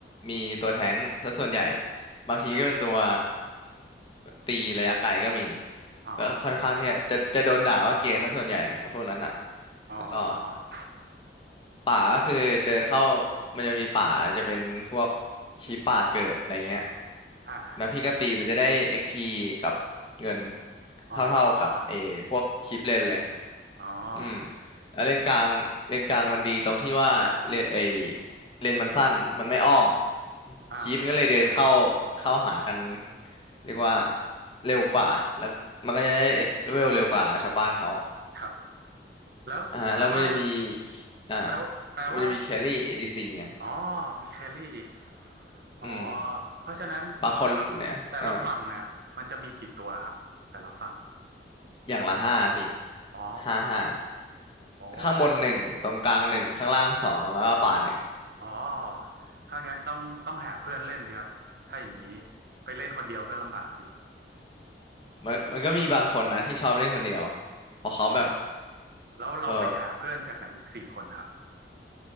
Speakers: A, on the left (about 30°); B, on the right (about 55°).
A: มีตัวแท้งซะส่วนใหญ่บางทีก็เป็นตัว
B: ครับ
A: ตีระยะไกลก็มี
B: อ๋อ
A: ก็ค่อนข้างที่จะจะจะโดนด่าว่าเกย์ซะส่วนใหญ่ไอ้พวกนั้นอ่ะ
B: อ๋อ
A: แล้วก็ป่าก็คือเดินเข้ามันจะมีป่าจะเป็นพวกขี้ป่าเกิดอะไรเงี้ย
B: อ่า
A: แล้วพี่ก็ตีมันจะได้ XP กซ์พีกับเงินเท่าๆกับเออพวกคลิปเล่นเลย
B: อ๋ออ๋อ
A: อืมแล้วเลนกลางเลนกลางมันดีตรงที่ว่าเลนไอเลนมันสั้นมันไม่อ้อม
B: อ่า
A: คีปมันก็เลยเดินเข้าเข้าหากันเรียกว่าเร็วกว่าแล้วมันก็จะได้เลเวลเร็วกว่าชาวบ้านเขา
B: ครับแล้วแปลว่า
A: อ่าแล้วมันจะมีอ่า
B: แปลว่าแปลว่า
A: มันจะมีแครี่เอดีซีไง
B: อ๋อมีแครี่อีกอ๋อ
A: อืม
B: เพราะฉะนั้นแต่ละ
A: บางคนเนี่ยอ่า
B: แต่ละฝั่งน่ะมันจะมีกี่ตัวครับแต่ละฝั่ง
A: อย่างละห้าพี่
B: อ๋อ
A: ห้าห้า
B: อ๋อฮะ
A: ข้างบนหนึ่งตรงกลางหนึ่งข้างล่างสองแล้วก็ป่าหนึ่ง
B: อ๋อถ้างั้นต้องต้องหาเพื่อนเล่นสิครับถ้าอย่างนี้ไปเล่นคนเดียวก็ลำบากสิ
A: มันมันก็มีบางคนนะที่ชอบเล่นคนเดียวเพราะเขาแบบ
B: อืมแล้วเราไปหาเพื่อนจากไหนอีกสี่คนครับ
A: เออ